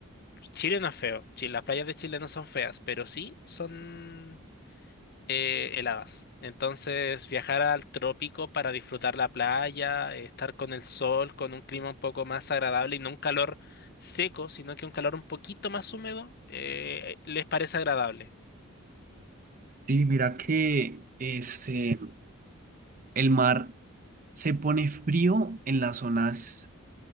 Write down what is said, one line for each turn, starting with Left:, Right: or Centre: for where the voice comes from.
Left: Chile no es feo, Chi- las playas de Chile no son feas, pero sí son eh, heladas. Entonces, viajar al trópico para disfrutar la playa, eh, estar con el sol, con un clima un poco más agradable y no un calor seco, sino que un calor un poquito más húmedo, eh, les parece agradable.
Right: Y mira que este, el mar se pone frío en las zonas